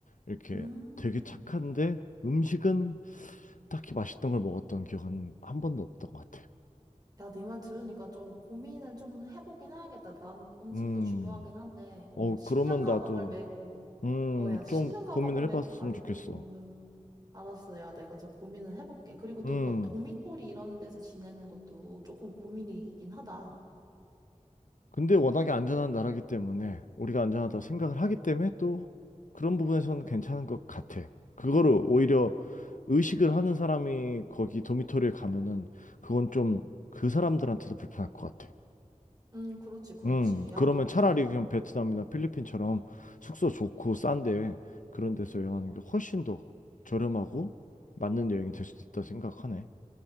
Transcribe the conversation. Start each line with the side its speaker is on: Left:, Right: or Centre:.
Left: 이렇게
Right: 음.
Left: 되게 착한데 음식은 딱히 맛있던 걸 먹었던 기억은 한 번도 없던 것 같아.
Right: 야, 네 말 들으니까 좀 고민을 좀 해보긴 해야겠다. 난 음식도
Left: 음,
Right: 중요하긴 한데, 어,
Left: 어,
Right: 식량
Left: 그러면
Right: 가방을
Left: 나도
Right: 메고,
Left: 음,
Right: 어, 야, 식량
Left: 좀
Right: 가방을
Left: 고민을
Right: 메고
Left: 해봤으면
Right: 다니는
Left: 좋겠어.
Right: 거는 알았어. 야, 내가 좀 고민은 해볼게. 그리고 또
Left: 음,
Right: 막 도미토리 이런 데서 지내는 것도 조금 고민이긴 하다.
Left: 근데 워낙에 안전한 나라기 때문에 우리가 안전하다고 생각을 하기 때문에 또 그런 부분에서는 괜찮은 것 같아. 그거를 오히려 의식을 하는 사람이 거기 도미토리에 가면은 그건 좀 그 사람들한테도 불편할 것 같아.
Right: 음, 그렇지, 그렇지.
Left: 음,
Right: 야,
Left: 그러면
Right: 너,
Left: 차라리 그냥 베트남이나 필리핀처럼 숙소 좋고 싼데 그런 데서 여행하는 게 훨씬 더 저렴하고 맞는 여행이 될 수도 있다 생각하네.